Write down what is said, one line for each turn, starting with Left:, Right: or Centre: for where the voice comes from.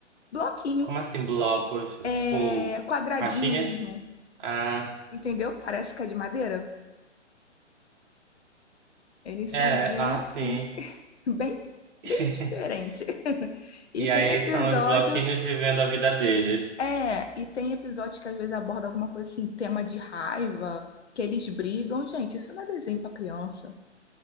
Left: bloquinho
Right: Como assim blocos?
Left: é
Right: Tipo,
Left: quadradinho
Right: ca- caixinhas?
Left: mesmo.
Right: Ah,
Left: Entendeu? Parece que é de madeira. Eles
Right: é,
Left: são bem
Right: ah,
Left: assim,
Right: sim.
Left: <laughs> bem,
Right: <laughs>
Left: bem diferente. <laughs> E
Right: E
Left: tem
Right: aí
Left: episódio
Right: são os bloquinhos vivendo a vida deles.
Left: É, e tem episódios que às vezes aborda alguma coisa assim, tema de raiva, que eles brigam. Gente, isso não é desenho pra criança.